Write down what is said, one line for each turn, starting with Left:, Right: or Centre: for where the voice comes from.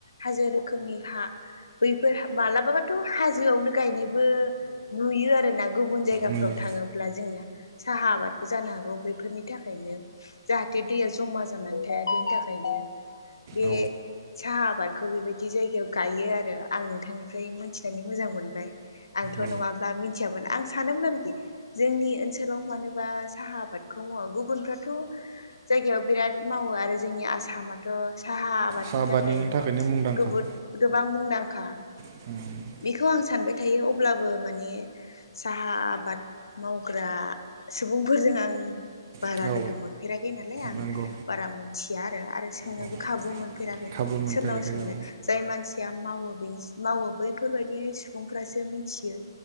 Left: हाजो रोखोमनि हा बैफोर मालाबाबाथ' हाजोआवनो गायनाय। बो नुयो आरोना गुबुन जायगाफ्राव
Right: नुयो
Left: थाङोब्ला जोङो साहा आबाद जानो हागौ बैफोरनि थाखायनो जाहाथे दैया जमा जानानै थाया बेनि थाखायनो बे
Right: औ
Left: साहा आबा खौ बेबायदि जायगायाव गायो आरो आं नोंथांनिफ्राय मोनथिनानै मोजां मोनबाय आंथ'
Right: औ
Left: नङा ब्ला मिनथियामोन आं सानोमोन आरोखि। जोंनि ओनसोलाव मानोबा साहा आबादखौ मावा गुबुनफ्राथ' जायगायाव बिराद मावो आरो जोंनि आसामाथ' साहा आबादनि
Right: साहा आबादनिनो
Left: थाखाय
Right: थाखायनो मुंदांखा
Left: गोबोद गोबां मुंदांखा
Right: <inaudible>
Left: बेखौ आं सानबाय थायो अब्लाबो माने साहा आबाद मावग्रा सुबुंफोरजों आं बारा
Right: औ
Left: लोगो मोनफेराखै नालाय आं
Right: नंगौ
Left: बारा मोनथिया आरो आरो सोंनोबो
Right: औ
Left: खाबु मोनफेराखै
Right: खाबु मोनफेराखै
Left: सोरनाव सोंनो
Right: औ
Left: जाय मानसिया मावो बेनि मावो बैफोरबायदि सुबुंफ्रासो मिथियो।